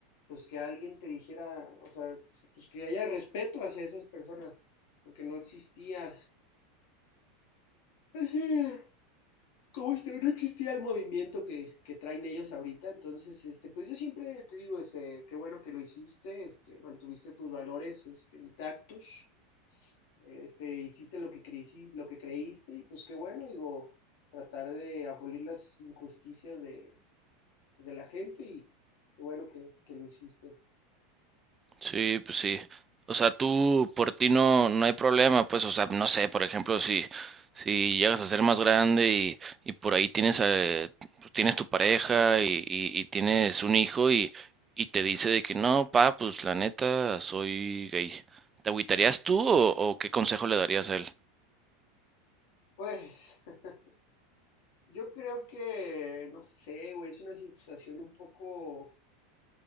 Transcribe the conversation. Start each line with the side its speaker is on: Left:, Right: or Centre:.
Left: pues que alguien te dijera, o sea, pues que haya respeto hacia esas personas, porque no existía, así, <laughs> como este, no existía el movimiento que, que traen ellos ahorita, entonces, este, pues yo siempre te digo, ese, qué bueno que lo hiciste, este, mantuviste tus valores, este, intactos, este, hiciste lo que creíste, lo que creíste, y pues qué bueno, digo, tratar de abolir las injusticias de, de la gente y qué bueno que, que lo hiciste.
Right: Sí, pues sí. O sea, tú por ti no, no hay problema, pues, o sea, no sé, por ejemplo, si, si llegas a ser más grande y, y por ahí tienes, eh, pues, tienes tu pareja y, y- y tienes un hijo y, y te dice de que no, pa, pues la neta, soy gay. ¿Te agüitarías tú o, o qué consejo le darías a él?
Left: Pues <laughs> yo creo que, no sé, güey, es una situación un poco,